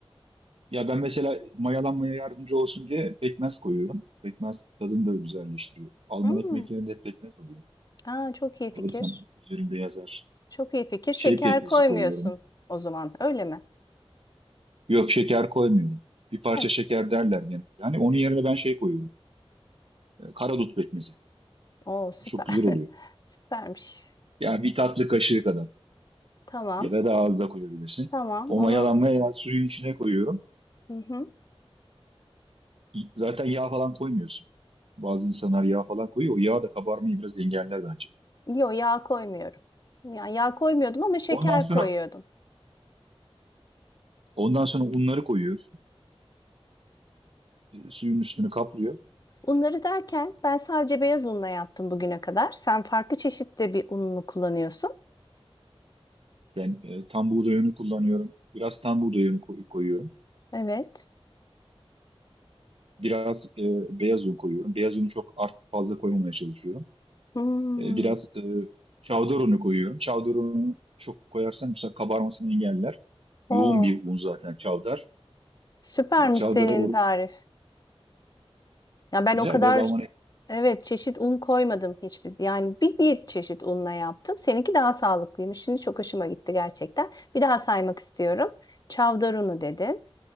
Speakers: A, on the right (about 65°); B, on the left (about 40°).
A: Ya ben mesela mayalanmaya yardımcı olsun diye pekmez koyuyorum. Pekmez tadını da güzelleştiriyor. Alman
B: Hmm.
A: ekmek yerinde hep pekmez oluyor.
B: Aa, çok iyi fikir.
A: Alırsam üzerinde yazar.
B: Çok iyi fikir. Şeker
A: Şey pekmezi
B: koymuyorsun
A: koyuyorum.
B: o zaman, öyle mi?
A: Yok şeker koymuyorum. Bir parça
B: Ha,
A: şeker derler genelde. yani onun yerine ben şey koyuyorum. E, Karadut pekmezi.
B: Oo süper.
A: Çok güzel
B: <laughs>
A: oluyor.
B: Süpermiş.
A: Yani bir tatlı kaşığı kadar.
B: Tamam.
A: Ya da daha az da koyabilirsin.
B: Tamam
A: O
B: onu
A: mayalanmaya ya suyun içine koyuyorum.
B: hı hı.
A: Zaten yağ falan koymuyorsun. Bazı insanlar yağ falan koyuyor. O yağ da kabarmayı biraz engeller bence.
B: Yo, yağ koymuyorum. Yani yağ koymuyordum ama şeker
A: Ondan sonra
B: koyuyordum.
A: ondan sonra unları koyuyoruz. E, suyun üstünü kaplıyor.
B: Unları derken ben sadece beyaz unla yaptım bugüne kadar. Sen farklı çeşitte bir ununu kullanıyorsun.
A: Ben e, tam buğday unu kullanıyorum. Biraz tam buğday unu koy- koyuyorum.
B: Evet.
A: Biraz e, beyaz un koyuyorum. Beyaz unu çok art fazla koymamaya çalışıyorum.
B: Hmm.
A: E, biraz e, çavdar unu koyuyorum. Çavdar unu çok koyarsan mesela kabarmasını engeller.
B: Oo,
A: Yoğun bir un zaten çavdar.
B: süpermiş
A: E, Çavdara
B: senin tarif. Ya ben
A: Güzel
B: o kadar
A: biraz Almanya.
B: evet çeşit un koymadım hiçbir. Yani bir, bir çeşit unla yaptım. Seninki daha sağlıklıymış. Şimdi çok hoşuma gitti gerçekten. Bir daha saymak istiyorum. Çavdar unu dedin.